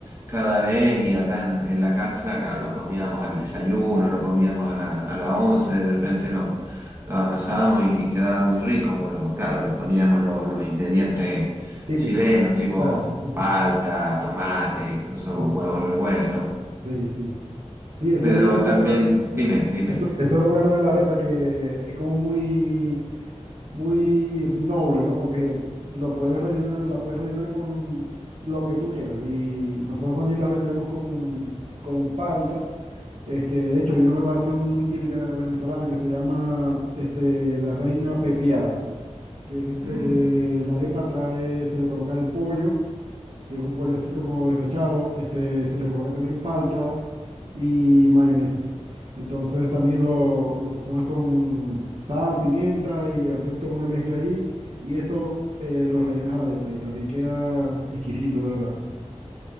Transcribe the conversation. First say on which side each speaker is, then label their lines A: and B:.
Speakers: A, on the right (about 20°); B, on the right (about 60°).
A: cada vez y acá en, en la casa, claro, lo comíamos al desayuno, lo comíamos a la, a la once, de repente lo, lo amasábamos y, y quedaba muy rico, pero claro, le poníamos los, los ingredientes
B: Típico,
A: chilenos, tipo
B: claro. <laughs>
A: palta, tomate, incluso
B: Sí,
A: huevos revueltos.
B: sí, sí. Sí, eso
A: Pero
B: es lo bueno
A: también,
B: de la,
A: dime, dime.
B: eso, eso es lo bueno de la arepa, que es como muy, muy noble, ¿no? Porque lo puedes rellenar, la puedes rellenar con lo que tú quieras. Y nosotros también la rellenamos con, con palta. Este, de hecho, hay una preparación muy típica venezolana que se llama este, la reina pepiada, que es este,
A: Mm.
B: la arepa trae, se le coloca el pollo que es un pollo así como desmechado, este, se le coloca también palta y mayonesa. Entonces también lo, lo sazonas con sal, pimienta y haces toda una mezcla allí y eso eh, lo rellenas a la arepa y también queda exquisito, de verdad.